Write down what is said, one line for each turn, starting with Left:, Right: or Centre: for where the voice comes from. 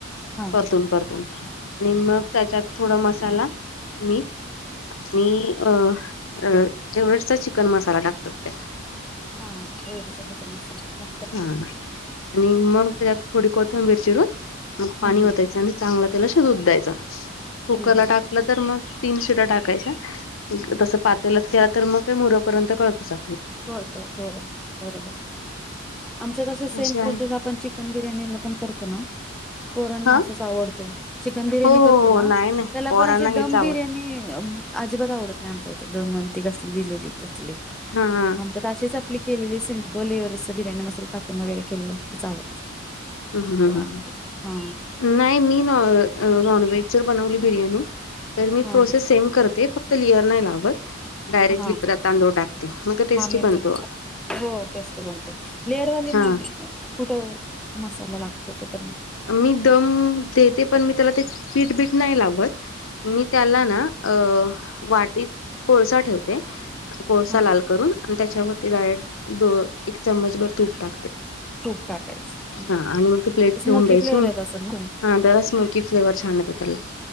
Centre: हा हा
Left: परतून परतून आणि मग त्यात त्यात थोडा मसाला मीठ आणि अ अ एव्हरेस्ट चा चिकन मसाला टाकतात त्याला
Centre: हा एव्हरेस्टचा चिकन मसाला
Left: हा आणि मग त्याच्यात थोडी कोथंबीर चिरून मग पाणी
Centre: हम्म
Left: वतायचं आणि चांगलं तेला शिजून द्यायचा कुकरला
Centre: हम्म
Left: टाकलं तर मग तीन शिट्ट्या टाकायच्या
Centre: हम्म
Left: तसं पातेल्यात केला तर मग काय मुरेपर्यंत करत बसा
Centre: होत हो बरोबर आमच्यात असं सेम
Left: अशी आहे
Centre: प्रोसेस आपण चिकन बिर्याणीला पण करतो ना पोरांना
Left: हा
Centre: असंच आवडत चिकन बिर्याणी
Left: हो
Centre: करतो
Left: हो हो
Centre: ना
Left: नाही नाही
Centre: त्याला
Left: पोरांना
Centre: पण अशी दम
Left: हेच
Centre: बिर्याणी
Left: आवड
Centre: अजिबात आवडत नाही आमच्या इथं दमन ते कसली दिलेली तसली
Left: हा हा
Centre: आमच्यात अशीच आपली केलेली सिम्पल एव्हरेस्टचा बिर्याणी मसाला टाकून वगैरे केलेली तीच आवडते
Left: <unintelligible>
Centre: पोरांना ते हा
Left: नाही मी न नॉनव्हेज जर बनवली बिर्याणी तर मी
Centre: हा
Left: प्रोसेस सेम करते फक्त लेयर नाही लावत डायरेक्टली
Centre: हा
Left: प्रत तांदूळ टाकते म ते टेस्टी
Centre: हा मी
Left: बनतो
Centre: पण हो टेस्टी बनतं लेअर वाली
Left: हां.
Centre: ना कुठं मसाला लागतो कुठ
Left: मी दम देते पण मी त्याला ते पीठ बीट नाय लावत मी त्याला ना अ वाटीत कोळसा ठेवते अस कोळसा
Centre: हा
Left: लाल करून आणि त्याच्यावरती डायरेक्ट दो एक चमच भर तूप टाकते
Centre: तूप टाकायचं
Left: हां आणि मग ती प्लेट
Centre: ते स्मो
Left: ठेवून द्यायची.
Centre: की फ्लेवर येत असलं
Left: हां, त्याला स्मोकी फ्लेवर छान येतो त्याला.